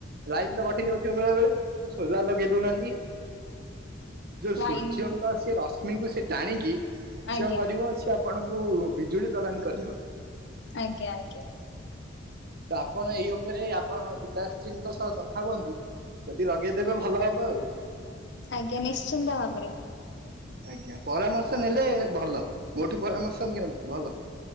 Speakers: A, on the right; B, on the left.
A: ଲାଇନ୍ ତ କଟି ଯାଉଚି <unintelligible> ସୋଲାର ଲଗେଇ ଦୋଉନାହାନ୍ତି ଯୋଉ
B: ଲାଇନ
A: ସୂର୍ ସେ ରଶ୍ମିକୁ ସେ ଟାଣିକି
B: ଆଜ୍ଞା
A: ସେ କଣ କରିବ ସେ ଆପଣଙ୍କୁ ବିଜୁଳି ପ୍ରଦାନ କରିବ।
B: ଆଜ୍ଞା ଆଜ୍ଞା।
A: ତ ଆପଣ ଏଇ ଉପରେ ଆପଣ ପିତାଶ୍ରୀଙ୍କ ସହ କଥା ହୁଅନ୍ତୁ। ଯଦି ଲଗେଇଦେବେ ଭଲ ହବ ଆଉ।
B: ଆଜ୍ଞା ନିଶ୍ଚିନ୍ତ ଭାବରେ।
A: ଆଜ୍ଞା ପରାମର୍ଶ ନେଲେ ଭଲ। ମୋଠୁ ପରାମର୍ଶ ନିଅନ୍ତୁ ଭଲ।